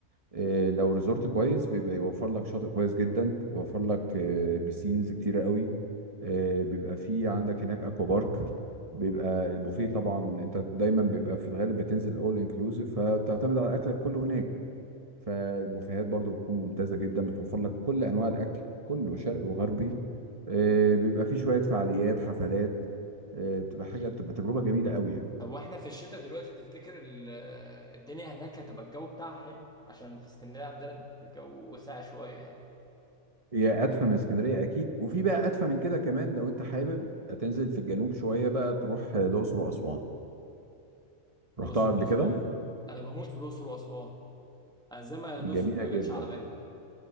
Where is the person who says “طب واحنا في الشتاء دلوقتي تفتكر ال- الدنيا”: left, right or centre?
Centre